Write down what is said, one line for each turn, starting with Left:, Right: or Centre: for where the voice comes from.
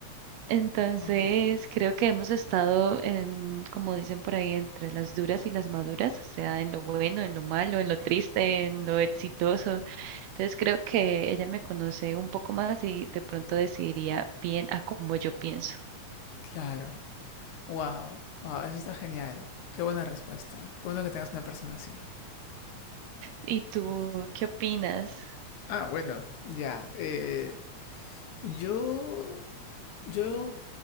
Right: Entonces,
Left: Ok,
Right: creo que hemos estado en, como dicen por ahí, entre las duras y las maduras, o sea, en lo bueno, en lo malo, en lo triste, en lo exitoso. Entonces, creo que ella me conoce un poco más y de pronto decidiría bien a cómo yo pienso.
Left: claro. Wow, wow, eso está genial. Qué buena respuesta. Qué bueno que tengas una persona así.
Right: ¿Y tú qué opinas?
Left: Ah, bueno, ya. eh, yo, yo